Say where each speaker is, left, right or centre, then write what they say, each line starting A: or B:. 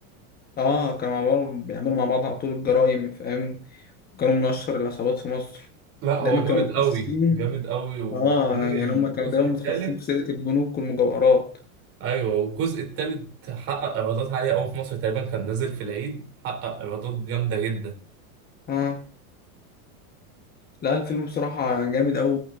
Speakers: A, on the left; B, on the right.
A: اه كانوا مع بعض بيعملوا مع بعض على طول الجرايم فاهم كانوا من اشهر العصابات في مصر
B: لا
A: دايما
B: هو
A: كانوا
B: جامد
A: متخصصين
B: قوي جامد قوي وكمان
A: اه يعني
B: الجزء
A: هم كانوا دايما
B: الثالث
A: متخصصين في سرقه البنوك والمجوهرات
B: ايوه والجزء الثالث حقق ايرادات عاليه قوي في مصر تقريبا كان نازل في العيد حقق ايرادات جامده جدا
A: اه لا الفيلم بصراحة جامد أوي